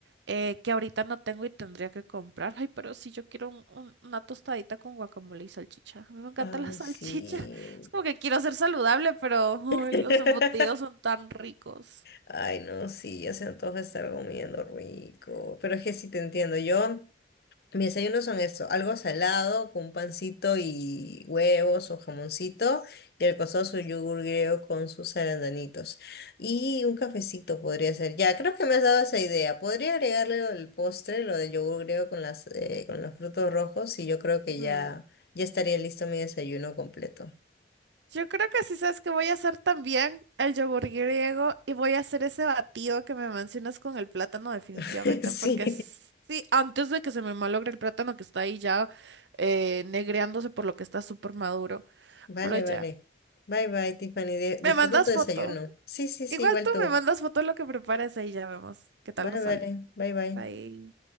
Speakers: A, on the right (about 75°); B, on the left (about 55°).
A: eh, que ahorita no tengo y tendría que comprar. Ay, pero si yo quiero un- un- una tostadita con guacamole y salchicha. A mí me encanta
B: Ay,
A: la salchicha.
B: sí.
A: <laughs> Es como que quiero ser saludable, pero uy,
B: <laughs>
A: los embutidos son tan ricos.
B: Ay, no, sí, ya se antoja estar comiendo rico. Pero es que sí te entiendo. Yo, mis desayunos son esto, algo salado con un pancito y huevos o jamoncito y el costoso yogur griego con sus arandanitos. Y un cafecito podría ser. Ya, creo que me has dado esa idea. Podría agregarle lo del postre, lo del yogur griego con las, eh, con los frutos rojos y yo creo que
A: Ujú.
B: ya, ya estaría listo mi desayuno completo.
A: Yo creo que sí sabes que voy a hacer también el yogur griego y voy a hacer ese batido que me mencionas con el plátano definitivamente
B: <laughs> Sí.
A: porque s- sí, antes de que se me malogre el plátano que está ahí ya eh, negreándose por lo que está súper maduro,
B: Vale,
A: pero ya,
B: vale. Bye, bye, Tiffany. di- Disfruta
A: me mandas
B: tu desayuno.
A: foto.
B: Sí, sí, sí,
A: Igual
B: igual
A: tú
B: tú.
A: me mandas foto de lo que preparas ahí ya vemos qué tal
B: Vale,
A: nos
B: vale.
A: sale.
B: Bye, bye.
A: Bye.